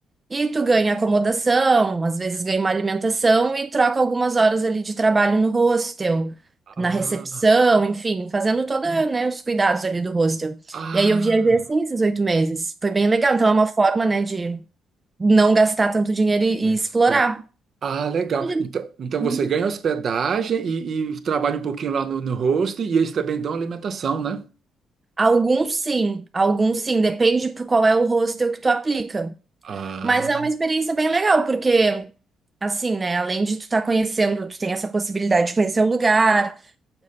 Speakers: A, on the right (about 25°); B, on the right (about 50°).
A: e tu ganha acomodação, às vezes ganha uma alimentação e troca algumas horas ali de trabalho no hostel,
B: Ah,
A: na recepção, enfim, fazendo toda, né, os cuidados ali do hostel.
B: ah.
A: E aí eu viajei assim esses oito meses. Foi bem legal. Então é uma forma, né, de não gastar tanto dinheiro e,
B: ST.
A: e explorar.
B: Ah, legal.
A: Onde-
B: Então, então
A: Uhum.
B: você ganha hospedagem e, e trabalha um pouquinho lá no, no host e eles também dão alimentação, né?
A: Alguns sim, alguns sim. Depende por qual é o hostel que tu aplica.
B: Ah,
A: Mas é uma experiência bem legal, porque assim, né, além de tu estar conhecendo, tu tem essa possibilidade de conhecer o lugar.